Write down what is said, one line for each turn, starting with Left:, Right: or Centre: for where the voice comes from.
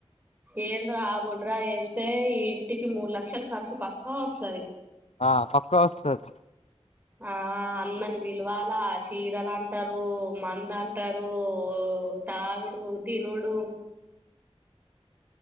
Right: ఏంద్రా బొడ్రాయి ఏస్తే ఈ ఇంటికి మూడు లక్షలు ఖర్సు పక్కా ఒస్తది
Left: ఆ పక్కా ఒస్తది
Right: ఆ అందన్ని పిలవాలా చీరలంటరూ మందు అంటరు తాగుడు తినుడూ